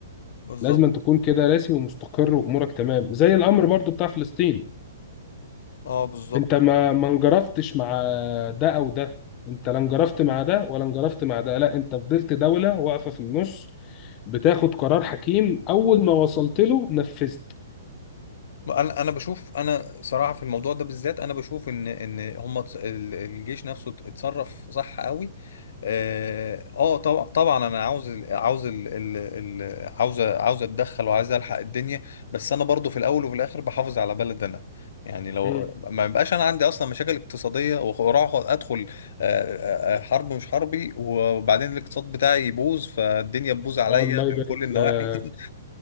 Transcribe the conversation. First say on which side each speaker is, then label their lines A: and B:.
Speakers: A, on the left (about 65°); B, on the left (about 35°).
A: بالظبط
B: لازم تكون كده راسي ومستقر وامورك تمام زي الامر برضو بتاع فلسطين
A: اه بالظبط
B: انت ما ما انجرفتش مع ده او ده انت لا انجرفت مع ده ولا انجرفت مع ده لا انت فضلت دوله واقفه في النص بتاخد قرار حكيم اول ما وصلت له نفذت
A: انا انا بشوف انا صراحه في الموضوع ده بالذات انا بشوف ان ان هم الجيش نفسه ات- اتصرف صح قوي اه آه، طبعا طبعا انا عاوز ال- عاوز ال ال ال عاوز عاوز اتدخل وعاوز الحق الدنيا بس انا برضو في الاول وفي الاخر بحافظ على بلد انا يعني لو
B: مم.
A: ما يبقاش انا عندي اصلا مشاكل اقتصاديه وأخ- واروح ادخل آه، آه، آه، حرب مش حربي وبعدين الاقتصاد بتاعي يبوظ فالدنيا تبوظ عليا
B: الله يبارك
A: من كل النواحي
B: لك
A: <laughs>